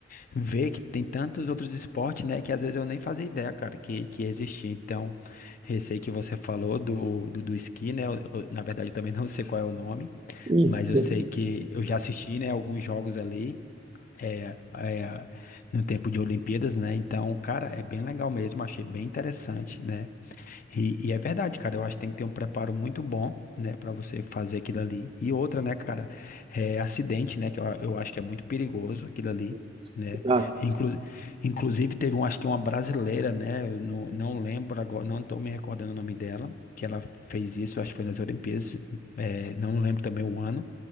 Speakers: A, on the left; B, on the right.
A: ver que tem tantos outros esportes, né, que às vezes eu nem fazia ideia, cara, que, que existia. Então, esse aí que você falou do, do, do esqui, né, eu- eu, na verdade eu também <laughs> não sei qual é o nome,
B: Isso.
A: mas eu sei que eu já assisti, né, alguns jogos ali, é, é, no tempo de Olimpíadas, né, então, cara, é bem legal mesmo, achei bem interessante, né, e, e é verdade, cara. Eu acho que tem que ter um preparo muito bom, né, Pra você fazer aquilo ali. E outra, né, cara, é acidente, né, que eu, eu acho que é muito perigoso aquilo ali,
B: Isso,
A: né?
B: exato.
A: Inclu, inclusive teve um, acho que uma brasileira, né, eu não, não lembro agora, não tô me recordando o nome dela, que ela fez isso, acho que foi nas Olimpíadas, é, não lembro também o ano,